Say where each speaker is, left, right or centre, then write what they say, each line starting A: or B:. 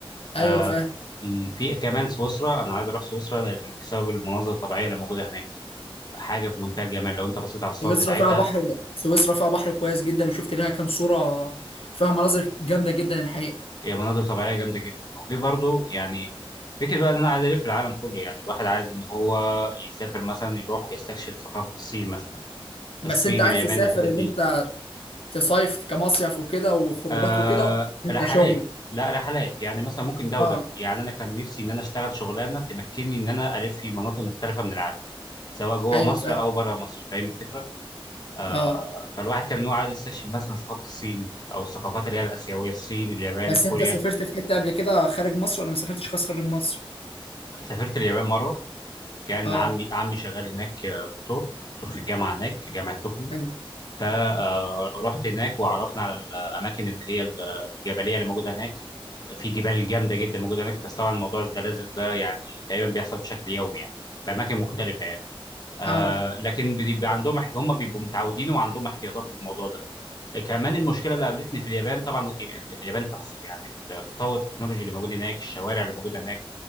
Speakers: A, on the left; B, on the left.
A: ايوه
B: آه،
A: فاهم
B: م، في كمان سويسرا انا عايز اروح سويسرا بسبب المناظر الطبيعيه اللي موجوده هناك حاجه في منتهى الجمال لو انت بصيت على الصور
A: سويسرا
B: بتاعتها
A: فيها بحر سويسرا فيها بحر كويس جدا وشفت لها كام صورة فيها مناظر جامدة جدا الحقيقة
B: هي مناظر طبيعيه جامده جدا وفي برضه يعني فكرة بقى ان انا عايز الف العالم كله يعني الواحد عايز ان هو يسافر مثلا يروح يستكشف ثقافه الصين مثلا
A: بس
B: الصين
A: انت عايز
B: اليابان
A: تسافر
B: الحتت دي
A: ان انت تصيف كمصيف وكده وخروجات
B: آه
A: وكده ولا انت
B: رحلات
A: شغل
B: لا رحلات يعني مثلا ممكن ده وده
A: اه
B: يعني انا كان نفسي ان انا اشتغل شغلانه تمكنني ان انا الف في مناطق مختلفه من العالم سواء جوه
A: ايوه
B: مصر
A: فاهم
B: او بره مصر فاهم الفكره آه
A: اه
B: فالواحد كان إن هو عايز يستكشف مثلا ثقافه الصين او الثقافات اللي هي الاسيويه الصين اليابان
A: بس
B: الكوريا
A: انت سافرت في حتة قبل كده خارج مصر ولا ما سافرتش خالص خارج مصر
B: سافرت اليابان مره كان
A: اه
B: عمي عمي شغال هناك آه، دكتور دكتور في الجامعه هناك جامعه طوكيو
A: ايوه
B: فرحت هناك وعرفنا على الاماكن اللي هي الجبليه اللي موجوده هناك في جبال جامده جدا موجوده هناك بس طبعا موضوع الزلازل ده يعني تقريبا بيحصل بشكل يومي يعني في اماكن مختلفه يعني آه
A: اه
B: لكن بيبقى عندهم هم بيبقوا متعودين وعندهم احتياطات للموضوع ده كمان المشكله اللي قابلتني في اليابان طبعا اليابان تحفه يعني التطور التكنولوجي اللي موجود هناك الشوارع اللي موجوده هناك